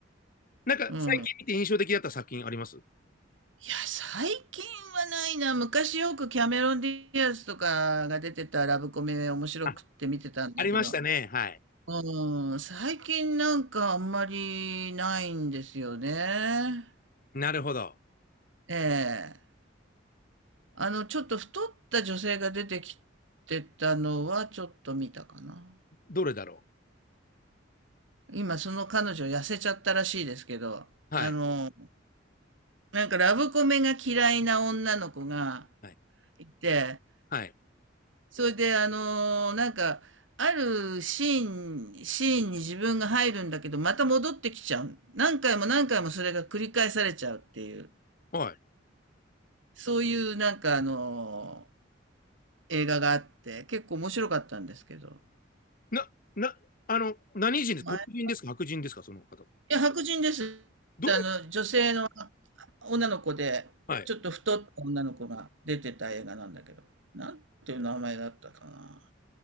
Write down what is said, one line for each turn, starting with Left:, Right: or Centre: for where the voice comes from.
Left: なんか最近見て印象的だった作品あります
Right: うん。いや、最近はないな。昔よくキャメロン・ディアスとかが出てたラブコメ面白くって見てたんだけど、
Left: あ、ありましたね。はい。
Right: うん、最近なんかあんまりないんですよね。
Left: なるほど。
Right: ええ。あの、ちょっと太った女性が出てきてたのはちょっと見たかな。
Left: どれだろ
Right: 今その彼女痩せちゃったらしいですけど、
Left: うはい。
Right: あの、なんかラブコメが嫌いな女の子が
Left: はい。
Right: いて、
Left: はい。
Right: それであの、なんか、あるシーン、シーンに自分が入るんだけど、また戻ってきちゃう。何回も何回もそれが繰り返されちゃうっていう、
Left: はい。
Right: そういうなんかあの、映画があって、結構面白かったんですけど。
Left: な、な、あの、何人です黒人ですか白人ですかその方って。
Right: 前いや、白人です。
Left: どの
Right: あの、女性の女の子で、
Left: はい。
Right: ちょっと太った女の子が出てた映画なんだけど、なんていう名前だったかな。